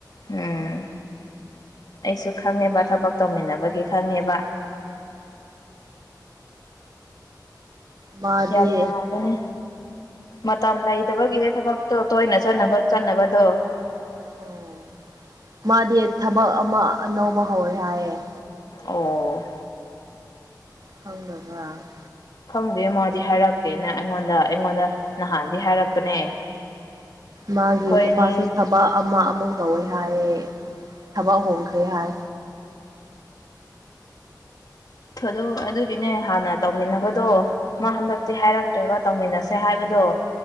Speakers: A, on the left; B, on the right.
A: ꯎꯝ ꯑꯩꯁꯨ ꯈꯪꯉꯦꯕ ꯊꯕꯛ ꯇꯧꯃꯤꯟꯅꯕꯒꯤ ꯈꯪꯉꯦꯕ
B: ꯃꯥꯗꯤ
A: ꯌꯥꯝ ꯅꯨꯡꯉꯥꯏꯒꯅꯦ ꯃꯇꯝ ꯂꯩꯇꯕꯒꯤꯅꯦꯦ ꯊꯕꯛꯇꯣ ꯇꯣꯏꯅ ꯆꯅꯕ ꯆꯠꯅꯕꯗꯣ
B: ꯑꯣ ꯃꯥꯗꯤ ꯊꯕꯛ ꯑꯃ ꯑꯅꯧꯕ ꯍꯧꯋꯦ ꯍꯥꯏꯌꯦꯦ
A: ꯑꯣ
B: ꯈꯂꯕ <inaudible>
A: ꯈꯪꯗꯣꯏꯦ ꯃꯣꯏꯗꯤ ꯍꯥꯏꯔꯛꯇꯦꯅ ꯑꯩꯉꯣꯟꯗ ꯑꯩꯉꯣꯟꯗ ꯅꯍꯥꯟꯗꯤ ꯍꯥꯏꯔꯛꯄꯅꯦ
B: ꯃꯥꯒꯤ
A: ꯑꯩꯈꯣꯏꯅꯤ
B: ꯅꯨꯄꯥꯁꯨ ꯊꯕꯛ ꯑꯃ ꯑꯃꯨꯛ ꯇꯧꯋꯦ ꯍꯥꯏꯌꯦ ꯊꯕꯛ ꯍꯣꯡꯈ꯭ꯔꯦ ꯍꯥꯏ
A: ꯊꯗ ꯑꯗꯨꯒꯤꯅꯦ ꯍꯥꯟꯅ ꯇꯧꯃꯤꯟꯅꯕꯗꯣ ꯃꯥ ꯍꯟꯗꯛꯇꯤ ꯍꯥꯏꯔꯛꯇ꯭ꯔꯦꯕ ꯇꯧꯃꯤꯟꯅꯁꯦ ꯍꯥꯏꯕꯗꯣ